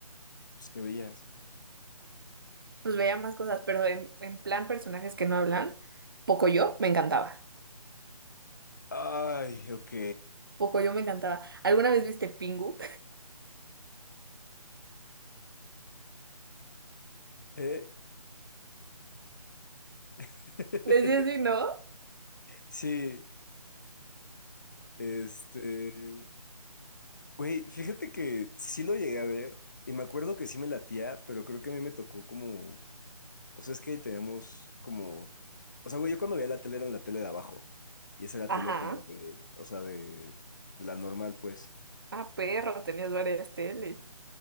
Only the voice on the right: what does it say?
Pues veía más cosas, pero en, en plan personajes que no hablan, Pocoyo me encantaba.
Pocoyo me encantaba. ¿Alguna vez viste Pingu?
<laughs> Les decía así, ¿no?
Ajá.
Ah, perro, tenías varias teles.